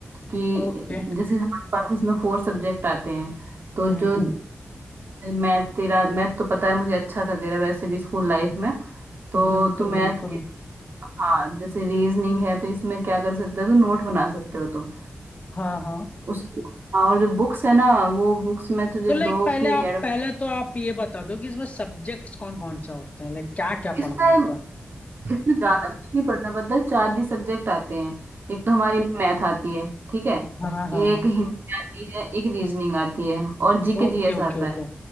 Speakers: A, on the right; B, on the left.
A: कि
B: ओके
A: जैसे हमारे पास इसमें फोर सब्जेक्ट आते हैं तो
B: हम्म
A: जो
B: हम्म
A: मैथ तेरा मैथ तो पता है मुझे अच्छा था तेरा वैसे भी स्कूल लाइफ में तो
B: बिल्कुल
A: तू मैथ
B: बिल्कुल
A: के हाँ जैसे रीजनिंग है तो इसमें क्या कर सकते हो तो नोट बना सकते हो तुम
B: हाँ हाँ
A: उस हाँ, और जो बुक्स है ना वो बुक्स में तुझे
B: तो लाइक
A: दो
B: पहले
A: की
B: आप
A: एड
B: पहले तो आप ये बता दो कि इसमें सब्जेक्ट्स कौन कौन से होते हैं लाइक क्या क्या
A: इसमें
B: पढ़ना होता है
A: इसमें ज्यादा कुछ नहीं पढ़ना पड़ता चार ही सब्जेक्ट आते हैं एक तो हमारी मैथ आती है ठीक है
B: हाँ हाँ हाँ
A: एक हिंदी आती है एक रीजनिंग आती है और जीके
B: Okay
A: जीएस
B: okay
A: आता
B: okay
A: है